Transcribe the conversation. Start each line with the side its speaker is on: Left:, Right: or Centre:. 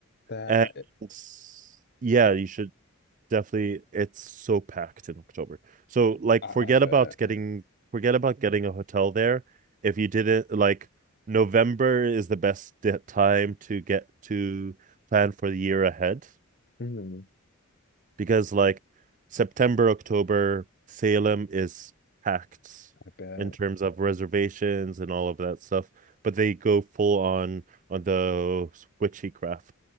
Left: That
Right: And s- yeah,
Left: I,
Right: you should definitely. It's so packed in October. So like,
Left: I,
Right: forget
Left: I bet.
Right: about getting forget about getting a hotel there. If you didn't like, November is the best di- time to get to plan for the year ahead
Left: <sighs> hmm
Right: because like September, October, Salem is packed
Left: I bet.
Right: in terms of reservations and all of that stuff, but they go full on on the witchy craft,